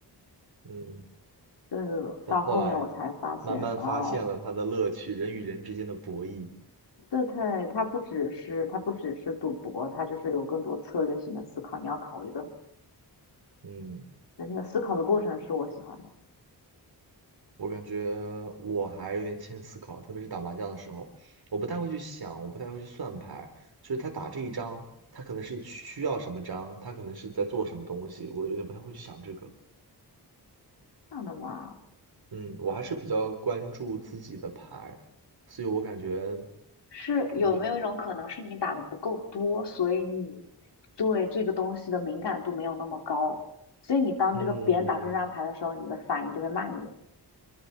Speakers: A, on the right; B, on the left.
A: 嗯，
B: 就是到后面我才发现啊，
A: 但后来慢慢发现了它的乐趣，人与人之间的博弈，
B: 这太它不只是它不只是赌博，它就是有更多策略性的思考，你要考虑的。很。
A: 嗯，
B: 的那个思考的过程是我喜欢的。
A: 我感觉我还有点欠思考，特别是打麻将的时候，我不太会去想，我不太会去算牌，就是他打这一张，他可能是需要什么张，他可能是在做什么东西，我有点不太会去想这个。
B: 这样的嘛，
A: 嗯，我还是比较关注自己的牌，所以我感觉
B: 是有没有一种可能是你打的不够多，
A: 我为
B: 所以你对这个东西的敏感度没有那么高，所以你当这个别人打出这张牌的时候，
A: 嗯，
B: 你的反应就会慢一点。